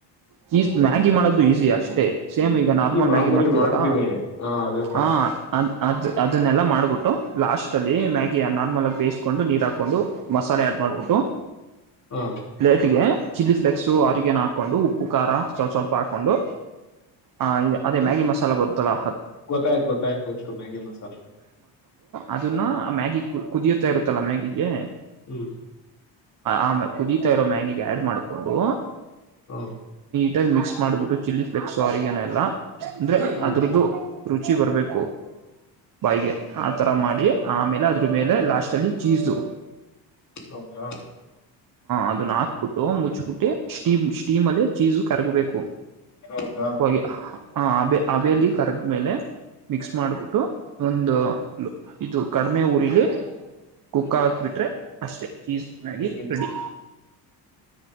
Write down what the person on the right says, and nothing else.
ಚೀಸ್ ಮ್ಯಾಗಿ ಮಾಡೋದು ಈಸಿ ಅಷ್ ಷ್ಟೆ ಸೇಮ್ ಈಗ ನಾರ್ಮಲ್
ಮ್ಯಾಗಿ ಮಾಡ್ತಿವಲ್ಲ
ಆ ಆ ಅದ್ ಅ. ಅದನ್ನೆಲ್ಲಾ ಮಾಡ್ಬಿಟ್ಟು ಲಾಸ್ಟ್ ಅಲ್ಲಿ ಮ್ಯಾಗಿ ನಾರ್ಮಲ್ ಬೇಯಿಸ್ಕೊಂಡು ನೀರ್ ಹಾಕೊಂಡು ಮಸಾಲೆ ಆಡ್ ಮಾಡ್ಬಿಟ್ಟು
ತ್ತಿಗೆ ಚಿಲ್ಲಿ ಫ್ಲೇಕ್ಸ್ ಆರಿಗೇನೊ ಹಾಕೊಂಡು ಉಪ್ಪು ಖಾರ ಸ್ವಸ್ವಲ್ಪ ಹಾಕೊಂಡು ಹಂಗೆ ಅದೇ ಮ್ಯಾಗಿ ಮಸಾಲ ಬರುತ್ತಲ್ಲಾ
ಅದನ್ನು ಮ್ಯಾಗಿ ಕುದಿಯುತ್ತಾ ಇರುತ್ತಲ್ಲ ಮ್ಯಾಗಿಗೆ
ಆಮ ಕುದಿ ತ್ತಾಯಿರೋ ಮ್ಯಾಗಿಗೆ ಆಡ್ ಮಾಡ್ಕೊಂಡು
ಟಾಗ್ ಮಿಕ್ಸ್ ಮಾಡ್ಬಿಟ್ಟು ಚಿಲ್ಲಿ ಫ್ಲೆಕ್ಸ್ ಆರಿಗೆನೊ ಎಲ್ಲ ಅಂದ್ರೆ
ಅದ್ರದ್ದು ರುಚಿ ಬರ್ಬೇಕು ಬಾಯಿಗೆ ಆತರ ಮಾಡಿ ಆಮೇಲೆ ಅದ್ರ ಮೇಲೆ ಲಾಸ್ಟಲ್ಲಿ ಚೀಸು
ಅದನ್
ಹಾಕ್ಬಿಟ್ಟು ಮುಚ್ಬಿಟ್ಟಿ ಸ್ಟೀಮ್ ಸ್ಟೀಮಲ್ಲಿ ಚೀಸು ಕರ್ಗಬೇಕು.
ಹೋಗಿ
ಹ ಅಬೇ ಅಬೇಲಿ ಕರಗ್ಮೆಲೆ ಮಿಕ್ಸ್ ಮಾಡ್ಬಿಟ್ಟು ಒಂದು ಇದು ಕಡ್ಮೆ ಉರಿಲಿ ಕುಕ್ಕ
ಹಾಕ್ ಬಿಟ್ರೆ ಅಷ್ಟೇ ಚೀಸ್ ಮ್ಯಾಗಿ
ರೆಡಿ.